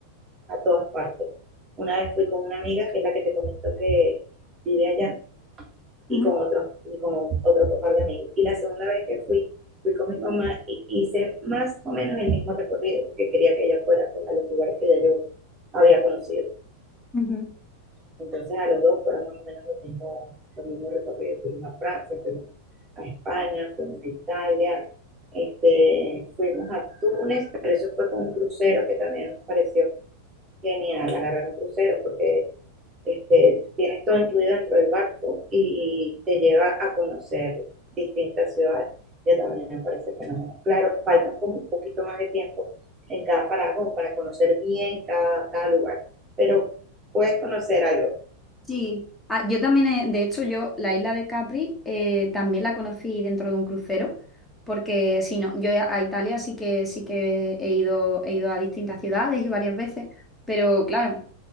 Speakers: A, on the right; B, in the centre.
A: a todas partes. Una vez fui con una amiga, que es la que te comentó que vive allá,
B: ujú,
A: y con otro, y con otro par de amigos. Y la segunda vez que fui, fui con mi mamá y hice más o menos el mismo recorrido, porque quería que ella fuera pues, a los lugares que ya yo había conocido.
B: ujú.
A: Entonces a los dos fueron más o menos los mismos, los mismos recorridos. Fuimos a Francia, fuimos a España, fuimos a Italia, este, fuimos a Túnez, pero eso fue con un crucero que también nos pareció genial, agarrar un crucero porque este, tienes todo incluido dentro del barco y te lleva a conocer distintas ciudades, que también me parece fenomenal. Claro, faltan como un poquito más de tiempo en cada parada como para conocer bien cada, cada lugar, pero puedes conocer algo.
B: Sí. Ah, yo también, he- de hecho, yo la isla de Capri eh, también la conocí dentro de un crucero, porque si no, yo a a Italia sí que sí que he ido, he ido a distintas ciudades y varias veces, pero claro.